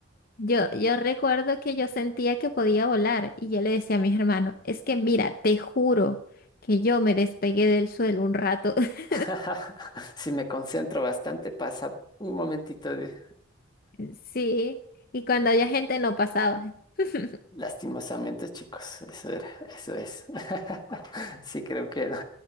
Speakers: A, on the left (about 45°); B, on the left (about 20°).
A: Yo, yo recuerdo que yo sentía que podía volar y yo le decía a mis hermanos, es que mira, te juro que yo me despegué del suelo un rato. <laughs>
B: <laughs> Si me concentro bastante, pasa un momentito de...
A: Sí, y cuando había gente no pasaba. <laughs>
B: Lastimosamente, chicos, eso era, eso es. <laughs> Sí, creo que <laughs> no.